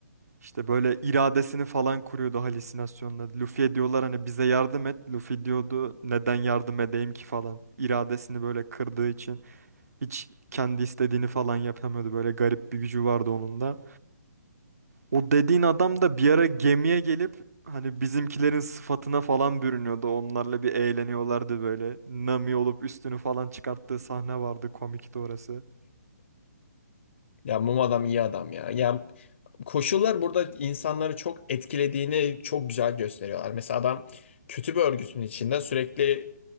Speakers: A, on the right; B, on the left.
A: İşte böyle iradesini falan kuruyordu halüsinasyonla. Luffy'ye diyorlar hani bize yardım et. Luffy diyordu neden yardım edeyim ki falan. İradesini böyle kırdığı için hiç kendi istediğini falan yapamıyordu. Böyle garip bir gücü vardı onun da. O dediğin adam da bir ara gemiye gelip hani bizimkilerin sıfatına falan bürünüyordu. Onlarla bir eğleniyorlardı böyle. Nami olup üstünü falan çıkarttığı sahne vardı. Komikti orası.
B: Ya Mum adam iyi adam ya. Ya koşullar burada insanları çok etkilediğini çok güzel gösteriyorlar. Mesela adam kötü bir örgütün içinde sürekli